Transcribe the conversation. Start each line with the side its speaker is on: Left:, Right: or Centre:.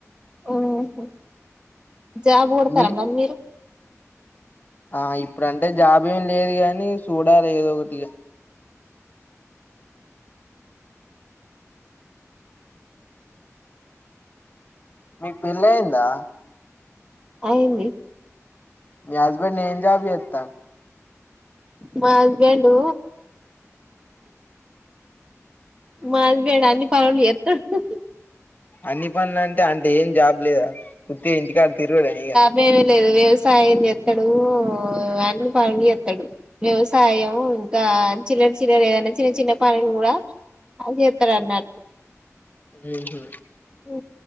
Right: ఊహు జాబు కొడతార
Left: మీ
Right: మరి మీరు
Left: ఆ ఇప్పుడంటే జాబ్ ఏం లేదు గాని చూడాలె ఏదో ఒకటి ఇగ మీకు పెల్లయిందా
Right: అయింది
Left: మీ హస్బెండ్ ఏం జాబ్ జేత్త
Right: మా హస్బెండు మా హస్బెండ్ అన్ని పనులు జేత్తడు
Left: అన్ని పనులంటే అంటే ఏం జాబ్ లేదా ఉత్తిగ ఇంటికాడ తిరుగుడే ఇగ
Right: వేమి లేదు వ్యవసాయం జేత్తడు అన్నీ పనులు జేత్తడు వ్యవసాయం ఇంకా చిల్లర చిల్లర ఏదనా చిన్న చిన్న పనులు గుడా అది జేత్తడ్ అన్నాట్
Left: ఊహు
Right: ఊ